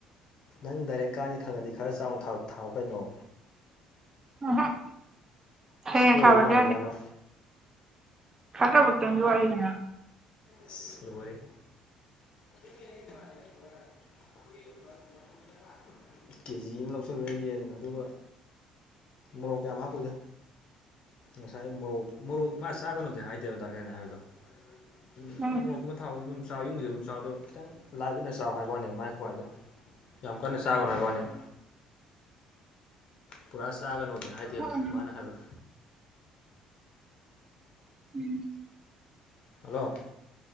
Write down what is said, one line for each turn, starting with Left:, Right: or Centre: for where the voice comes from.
Left: ꯅꯪ ꯗꯥꯏꯔꯦꯛ ꯀꯥꯅꯤ ꯈꯪꯉꯗꯤ ꯈꯔ ꯆꯥꯎꯅ ꯊ‌ ꯊꯥꯎ ꯀꯩꯅꯣ
Right: ꯎꯝꯍꯨꯝ ꯍꯌꯦꯡ
Left: ꯄꯣꯗꯧ
Right: ꯊꯥꯕꯗꯤ
Left: ꯃꯥꯜꯂꯤꯔꯕ
Right: ꯈꯟꯗꯕ ꯈꯤꯇꯪꯗꯤ ꯋꯥꯠꯂꯤꯗꯅ
Left: ꯑꯁ ꯂꯣꯔꯦ <unintelligible> <inaudible> ꯀꯦꯖꯤ ꯑꯃ ꯂꯧꯁꯤꯜꯂꯨꯔꯦ ꯌꯦꯟ ꯑꯗꯨꯒ ꯃꯣꯔꯣꯛ ꯀꯌꯥꯝ ꯍꯥꯞꯄꯣꯏꯗ ꯉꯁꯥꯏ ꯃꯣꯔꯣꯛ ꯃꯣꯔꯣꯛ ꯃꯥ ꯆꯥꯒꯅꯨꯗꯤ ꯍꯥꯏꯗꯦꯕ ꯗꯥ <unintelligible> ꯍꯥꯏꯕꯗꯣ ꯎꯝ
Right: ꯎꯝ
Left: ꯃꯣꯔꯣꯛꯀꯨꯝꯕ ꯊꯥꯎꯒꯨꯝꯕ ꯑꯗꯨꯝ ꯆꯥꯎ ꯌꯨꯝꯒꯤꯗꯤ ꯑꯗꯨꯝ ꯆꯥꯎꯗꯣ ꯈꯤꯇꯪ ꯂꯥꯏꯠ ꯑꯣꯏꯅ ꯆꯥꯎ ꯍꯥꯏꯕ ꯋꯥꯅꯦ ꯃꯥꯏ ꯈꯨꯍꯥꯏꯗꯣ ꯌꯥꯝ ꯀꯟꯅ ꯆꯥꯒꯅꯨ ꯍꯥꯏꯕꯋꯅꯦꯕ ꯄꯨꯔꯥ ꯆꯥꯒꯅꯣꯗꯤ ꯍꯥꯏꯗꯦꯕ
Right: ꯎꯝ
Left: ꯃꯥꯅ ꯍꯥꯏꯕꯗꯣ
Right: <inaudible>
Left: ꯍꯜꯂꯣ